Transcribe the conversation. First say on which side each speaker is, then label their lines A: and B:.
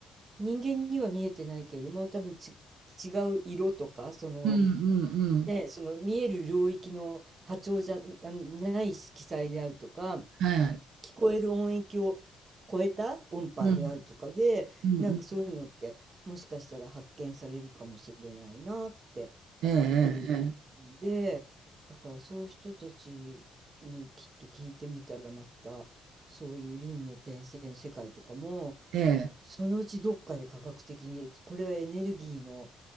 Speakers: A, on the right; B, on the right.
A: 人間には見えてないけれども、多分ち違う色とか、その
B: うんうんうん。
A: ね、その見える領域の波長じゃあない色彩であるとか、
B: はい。
A: 聞こえる音域を超えた音波であるとかで、
B: うん、うんうん。
A: なんかそういうのってもしかしたら発見されるかもしれないなって
B: えええ
A: いうので、だからそういう人たちにきっと聞いてみたらまたそういう輪廻転生の世界とかも
B: えええ。ええ。
A: そのうちどっかで科学的にこれはエネルギーの